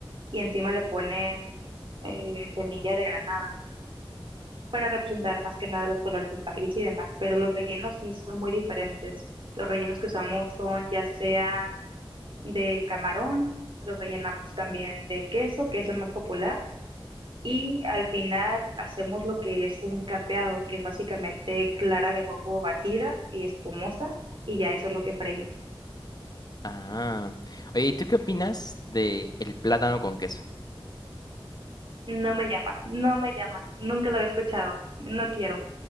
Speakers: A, on the right; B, on the left.
A: Y encima le ponen eh, semilla de granada. para representar más que nada los colores del país y demás, pero los rellenos sí son muy diferentes. Los rellenos que usamos son ya sea de camarón, los rellenamos también de queso, que es el más popular, y al final hacemos lo que es un capeado, que es básicamente clara de huevo batida y espumosa, y ya eso es lo que freímos.
B: Ah. Oye, ¿y tú qué opinas de el plátano con queso?
A: No me llama, no me llama, nunca lo había escuchado, no quiero.